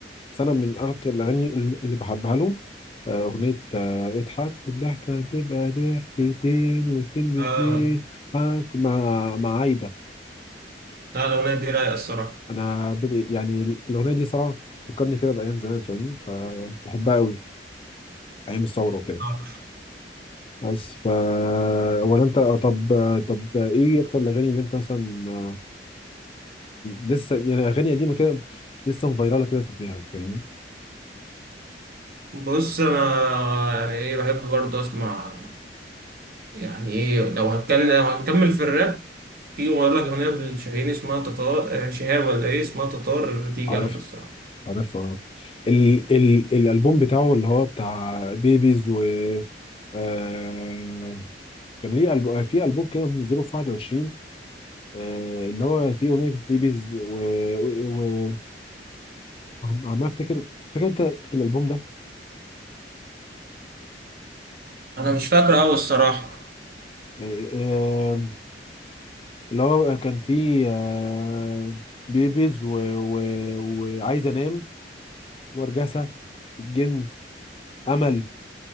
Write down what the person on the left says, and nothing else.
بس انا من اكتر الاغاني اللي بحبها لهم آه، اغنيه آه، اضحك والضحكه هتبقى ضحكتين واتنين باتنين
حك مع مع عايده
انا ب- يعني الاغنيه دي صراحه فكرني كده بايام زمان فاهمني فبحبها قوي ايام الثوره وكده
بس فا ولا انت طب طب ايه اكتر الاغاني اللي انت مثلا آه، لسه يعني اغاني قديمه كده لسه مفيراله كده في دماغك فاهمني
عارف
عارف اه ال ال الالبوم بتاعه اللي هو بتاع بيبيز و آه كان ليه ألب... في ألبوم كده منزله في 21 آه اللي هو فيه أغنية بيبيز و... و... عم افتكر فاكر انت الالبوم ده
يعني آه، اللي هو كان فيه آه، بيبيز و... و... وعايز انام ورجسة الجن امل